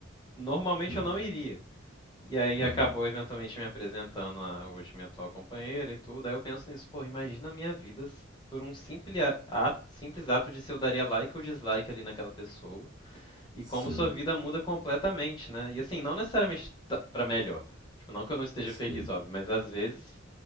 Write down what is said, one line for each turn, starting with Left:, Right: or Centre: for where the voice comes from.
Left: normalmente
Right: Uhum,
Left: eu não iria. E aí
Right: uhum.
Left: acabou eventualmente me apresentando a hoje minha atual companheira e tudo. Aí eu penso nisso, pô, imagina a minha vida se- por um simples ato, simples ato de se eu daria like ou dislike ali naquela pessoa e
Right: Sim,
Left: como sua vida muda completamente, né? E assim, não necessariamente ta- pra melhor. Tipo, não que eu não esteja
Right: sim,
Left: feliz, óbvio, mas às vezes